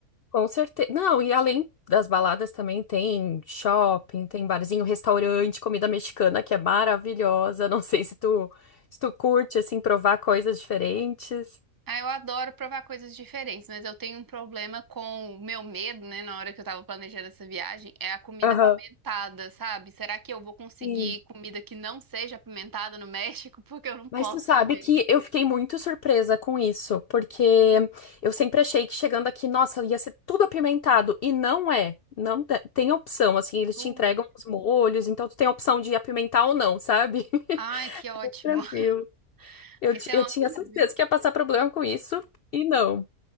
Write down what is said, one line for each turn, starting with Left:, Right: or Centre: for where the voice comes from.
Left: Com certeza. Não, e além das baladas também tem shopping, tem barzinho, restaurante, comida mexicana que é maravilhosa. Não sei se tu, se tu curte, assim, provar coisas diferentes.
Right: Ah, eu adoro provar coisas diferentes, mas eu tenho um problema com o meu medo, né, na hora que eu tava planejando essa viagem, é a comida
Left: Aham.
Right: apimentada, sabe? Será que eu vou conseguir
Left: Sim.
Right: comida que não seja apimentada no México? <laughs> Porque eu não posso
Left: Mas tu sabe
Right: comer.
Left: que eu fiquei muito surpresa com isso, porque eu sempre achei que chegando aqui, nossa, ia ser tudo apimentado. E não é. Não te- tem opção, assim, eles
Right: Jura?
Left: te entregam os molhos, então tu tem a opção de apimentar ou não, sabe? <laughs>
Right: Ai, que ótimo.
Left: Tranquilo.
Right: <laughs>
Left: Eu,
Right: Isso
Left: ti-
Right: é
Left: eu
Right: um alívio.
Left: tinha certeza que ia passar problema com isso e não.